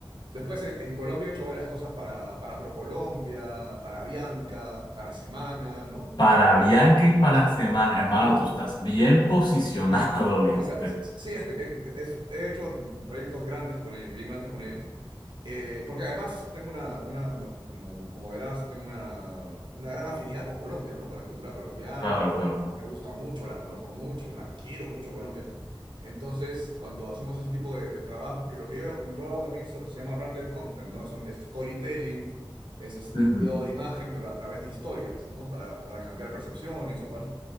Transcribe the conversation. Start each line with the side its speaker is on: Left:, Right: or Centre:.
Right: Después, en, en Colombia he hecho varias cosas para, para ProColombia, para Bianca, para Semana, ¿no?
Left: Para Bianca y para
Right: Sí, sí.
Left: Semana, hermano,
Right: Sí, sí,
Left: tú
Right: sí.
Left: estás bien posicionado,
Right: Y para ProColombia,
Left: <laughs> ¿viste?
Right: sí, <laughs> he he hecho proyectos grandes con ellos, bien grandes con ellos, eh, porque además tengo una, una como, como, como verás, tengo una, una gran afinidad con Colombia, ¿no? Con la cultura colombiana,
Left: Claro, claro.
Right: me gusta mucho, la conozco mucho, la quiero mucho Colombia. Entonces, cuando hacemos ese tipo de, de trabajos, que lo que yo, yo lo hago también so- se llama branded content, ¿no? Son- Es, storytelling, es, es-
Left: Ujú.
Right: es cuidado de imagen, pero a través de historias, ¿no? Para, para cambiar percepciones o tal.